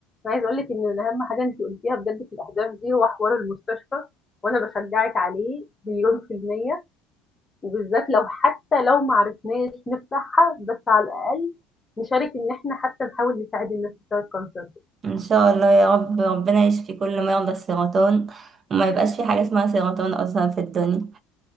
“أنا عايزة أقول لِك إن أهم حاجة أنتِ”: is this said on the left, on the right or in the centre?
Left